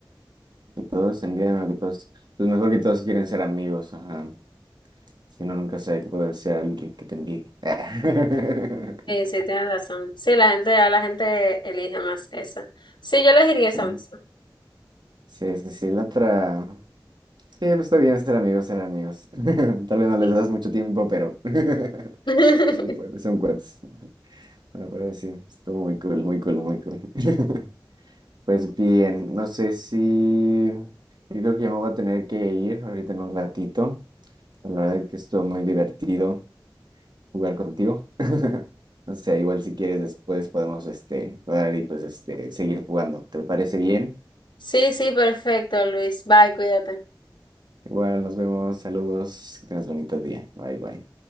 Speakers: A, on the right; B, on the left.
A: Y todos envían lo que todos. Pues mejor que todos quieren ser amigos, ajá. si Uno nunca sabe que puede ser alguien que te envidie. <laughs>
B: Sí, sí, tienes razón. Sí, la gente, a la gente elige más esa. Sí, yo elegiría
A: Sí,
B: esa misma.
A: sí, sí, sí, la otra. Sí, pues está bien ser amigos, ser amigos. <laughs> Tal vez no les
B: Sí.
A: das mucho tiempo, pero <laughs>
B: <laughs>
A: son cuates, son cuates. Bueno, pero sí, estuvo muy cool, muy cool, muy cool. <laughs> Pues bien, no sé si. Yo creo que ya me voy a tener que ir ahorita en un ratito. La verdad que estuvo muy divertido. jugar contigo. <laughs> o sea, igual si quieres después podemos este jugar y pues este seguir jugando. ¿Te parece bien?
B: Sí, sí, perfecto, Luis. Bye, cuídate.
A: Igual nos vemos, saludos, que tengas bonito día. Bye bye.